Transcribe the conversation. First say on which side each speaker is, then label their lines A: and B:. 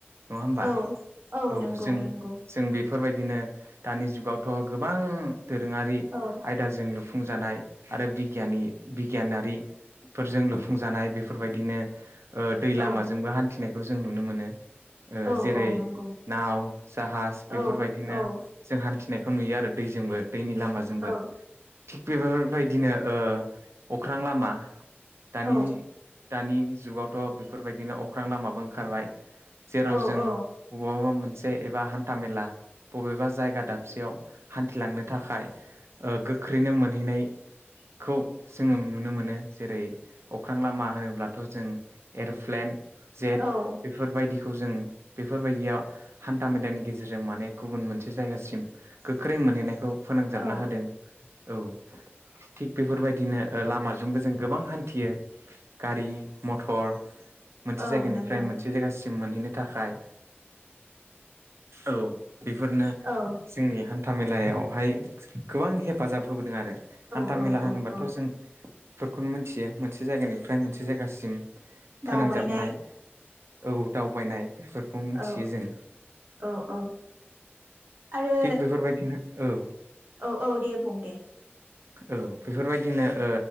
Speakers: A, on the right; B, on the right.
A: नङा होमबा
B: औ
A: औ
B: नंगौ
A: जों
B: नंगौ
A: जों बेफोरबायदि बिदिनो दानि जुगावथ' गोबां दोरोङारि
B: औ
A: आयदाजों लु फुंजानाय आरो बिगियानि बिगियानारिफोरजों लुफुंजानाय बेफोरबायदिनो ओ दै लामाजोंबो
B: औ
A: हान्थिनाय बेखौ जों नुनो मोनो। ओ
B: औ
A: जेरै
B: औ नंगौ
A: नाव जाहाज बेफोरबायदिनो
B: औ औ
A: जों हान्थिनाय बेखौ नुयो आरो दैजोंबो। दैनि लामाजोंबो।
B: औ
A: थिग बेफोरफोरबायदिनो ओ अख्रां लामा दानि
B: औ
A: दानि जुगावथ' बेफोरबायदिनो अख्रां लामाबो ओंखारबाय। जेराव
B: औ
A: जों
B: औ
A: बबावबा मोनसे एबा हान्था मेला बबेबा जायगा दाबसेयाव हान्थिलांनो थाखाय गोख्रैनो मोनहैनायखौ जोङो नुनो मोनो। जेरै अख्रां लामा होनोब्ला थ' जों एर'प्लेन जेट
B: औ
A: बेफोरबायदिखौ जों बेफोरबायदियाव हान्था मेलानि गेजेरजों माने गुबुन मोनसे जायगासिम गोख्रै मोनहैनायखौ फोनांजाबना
B: औ
A: होदों। औ थिग बेफोरबाय बिदिनो लामाजोंबो जों गोबां हान्थियो गारि मथर मोनसे
B: औ
A: जायगानिफ्राय
B: नंगौ
A: मोनसे जायगासिम मोनहैनो थाखाय औ। बेफोरनो
B: औ
A: जोंनि हान हान्थामेलायावहाय गोबां हेफाजाब होबोदों आरो
B: औ
A: हान्थामेला होनोबाथ
B: औ औ
A: बेफोरखौनो मोनथियो मोनसे जायगानिफ्राय मोनसे जायगासिम
B: दावबायनाय
A: फोनांजाबनाय औ दावबायनाय बेफोरखौ मिथियो
B: औ
A: जों
B: औ औ आरो
A: थिग बेफोरबायदिनो औ।
B: औ, औ दे बुं दे।
A: औ बेफोरबायदिनो ओ